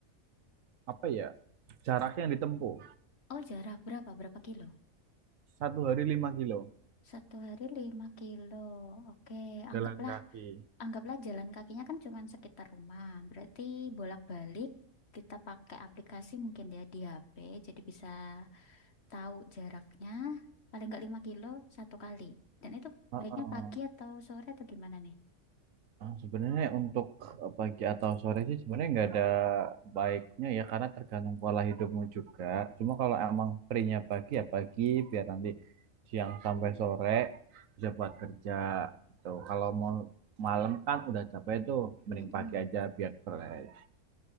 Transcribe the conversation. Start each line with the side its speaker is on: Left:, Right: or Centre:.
Right: apa ya jarak yang ditempuh
Left: Oh, jarak berapa? Berapa kilo?
Right: satu hari lima kilo
Left: Satu hari lima kilo. Oke,
Right: Jalan
Left: anggaplah
Right: kaki.
Left: anggaplah jalan kakinya kan cuma sekitar rumah. Berarti bolak-balik kita pakai aplikasi mungkin ya di HP. Jadi bisa tahu jaraknya paling nggak 5 kilo satu kali. Dan itu
Right: Heeh.
Left: baiknya pagi atau sore atau gimana nih?
Right: Ah, sebenarnya untuk eh, pagi atau sore sih sebenarnya nggak ada baiknya ya karena tergantung pola hidupmu juga cuma kalau emang free-nya pagi ya pagi biar nanti siang sampai sore bisa buat kerja gitu kalau mau malam kan udah capek tuh mending
Left: Mm-mm.
Right: pagi aja biar fresh